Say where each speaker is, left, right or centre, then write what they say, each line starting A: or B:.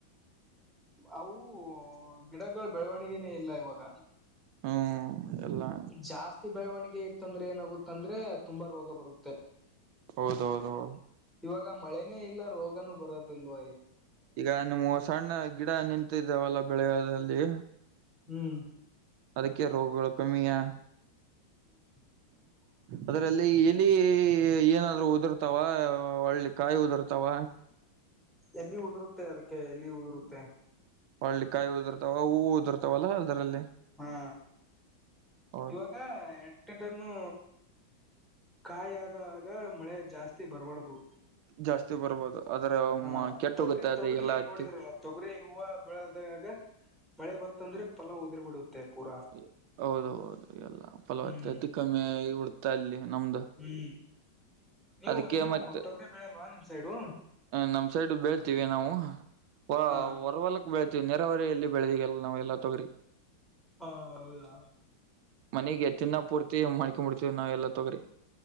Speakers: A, in the centre; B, on the right (about 80°).
A: ಅವು ಗಿಡಗಳ ಬೆಳವಣಿಗೆನೇ ಇಲ್ಲ ಇವಾಗ
B: ಹ್ಮ ಎಲ್ಲಾ
A: ಜಾಸ್ತಿ ಬೆಳವಣಿಗೆ ಇತ್ತಂದ್ರೆ ಏನಾಗುತ್ತಂದ್ರೆ ತುಂಬಾ ರೋಗ ಬರುತ್ತೆ
B: ಹೌದೌದ ಹೌದು
A: ಇವಾಗ ಮಳೆನೇ ಇಲ್ಲ ರೋಗನು ಬರೋದಲ್ವ
B: ಈಗ ನಿಮ್ಮವ್ ಸಣ್ಣ ಗಿಡ ನಿಂತಿದ್ದೇವಲ್ಲ ಬೆಳೆಯೊದಲ್ಲಿ
A: ಹ್ಮು
B: ಅದಕ್ಕೆ ರೋಗಗಳು ಕಮ್ಮಿಯಾ
A: <inaudible>
B: ಅದ್ರಲ್ಲಿ ಇಲೀ ಏನಾದ್ರು ಉದುರ್ತಾವ ಒಳ್ಳಿ ಕಾಯಿ ಉದುರ್ತಾವ
A: ಎಲ್ಲಿ ಉದುರುತ್ತೆ ಅದಕ್ಕೆ ಯಲಿ ಉದುರುತ್ತೆ
B: ವಾಳ್ಳಿ ಕಾಯಿ ಉದುರುತ್ತವ ಹೂವು ಉದುರುತ್ತವ ಅದರಲ್ಲಿ
A: ಹಾ
B: ಹೌದು
A: ಇವಾಗ ಎ ಂತಾ ಟೈಮು ಕಾಯ ಆದಾಗ ಮಳೆ ಜಾಸ್ತಿ ಬರ್ಬಾರ್ದು
B: ಜಾಸ್ತಿ ಬರ್ಬೋದು ಆದದ್ರೆ
A: ಹಾ
B: ಮ ಕೆಟ್ಟೊಗುತ್ತೆ
A: ತೊಗರಿ ತೊಗರಿ
B: ಎಲ್ಲಾ
A: ಹೇಗ್
B: ಹತ್ತಿ
A: ನೋಡಿದ್ರಲ್ಲ ತೊಗರಿ ಹೂವ ಬೆಳೆದಾಗ ಮಳೆ ಬತ್ತಂದ್ರೆ ಫಲ ಉದಿರ್ ಬಿಡುತ್ ತ್ತ್ ಪೂರ
B: ಲಿ ಹೌದುಹೌದು ಎಲ್ಲಾ ಫಲವತ್ತತೆ
A: ಹ್ಮ್
B: ಕಮ್ಮಿ ಆಗ್ ಬಿಡ್ತು ಅಲ್ಲಿ ನಮ್ದು
A: ಹ್ಮು ನೀವ್
B: ಅದಕ್ಕೆ
A: ನೀವ್
B: ಮತ್ತೆ
A: ತೊಗರಿ ಬೆಳಿಯಲ್ವಾ ನಿಮ್ ಸೈಡು
B: ನಮ್ ಸೈಡ್ ಬೆೇಳಿತ್ತಿವಿ ನಾವು ಹೊ
A: ಹಾ
B: ಹೊರ್ವಲಕ್ ಬೆೇಳಿತ್ತಿವಿ ನೆರಾವರಿಯಲ್ಲಿ ಬೆಳದಿಗೆಲ್ಲ ನಾವ್ ತೊಗರಿ
A: ಹ ಹೌದಾ
B: ಮನೆಗೆ ತಿನ್ನ ಪೂರ್ತಿ ಮಾಡ್ಕೊಂಡಬಿಡ್ತೀವಿ ನಾವೇಲ್ಲ ತೊಗ್ರಿ